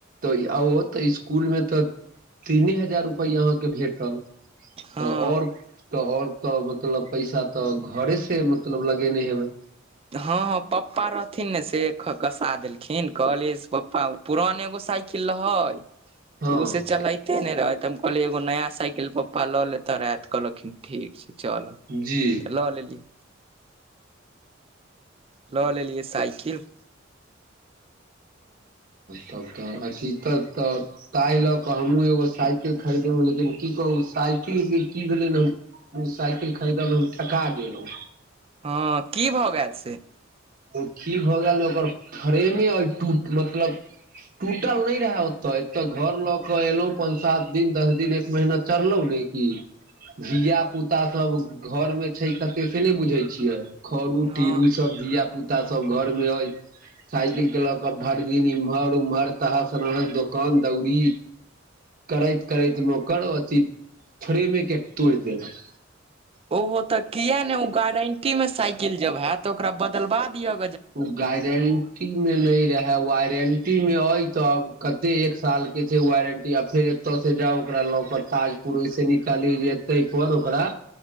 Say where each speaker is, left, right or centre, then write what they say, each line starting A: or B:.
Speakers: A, on the right; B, on the right.
A: तऽ आ त इसकुल मे तऽ तीने हजार रुपैआ अहाँकेँ भेटल
B: हँ
A: तऽ ओर तऽ ओर मतलब पैसा तऽ घरे से मतलब लगेने हेबै
B: ह ह पप्पा रहथिन ने से कसा देलखिन कहलियै से पप्पा पुरान एगो साइकिल रहै
A: हँ
B: तऽ उस चल के ने रहेत हम कहल एगो नया साइकिल पप्पा लऽ लेते रह कहलखिन ठीक छै चल।
A: जी।
B: लऽ लेलिए लऽ लेलि साइकिल
A: तब तऽ अथि तऽ तहिल हमहूँ एगो साइकिल खरीदलहुँ लेकिन कि कह ओ साइकिलके कि भेलनि साइकिल खरीदऽ हम ठका गेलहूँ
B: हँ कि भऽ गेल से
A: ओ कि भऽ गेल ने ओकर फ्रेमे अ टूट मतलब टूटल नहि रहा होत। त घर लऽ क एलहुँ पाँच सात दिन दस दिन एक महीना चढ़लहुँ ने कि धिया पुता सभ घर मे छै कते से नहि बुझे छियै खरू
B: हँ
A: तीरू सभ धिय पुता सभ घर मे अइ साइकिल के लऽ कऽ भरि दिन एम्हर ओम्हर तह सनहस दोकान दौरी करैत करैत मे ओकर अथी फ्रेमे के तोड़ि देलकऽ
B: ओहो तऽ किया ने ओ गारंटी में साइकिल जब हैत त ओकरा बदलवा दिया
A: <unintelligible> वारण्टीमे नहि रहै वारण्टीमे अछि तऽ कते एक सालके छै वारण्टी आब फेर एतय से जाउ ओकरा लऽ कऽ ताजपुर ओहिस निकालियी जे एते पर ओकरा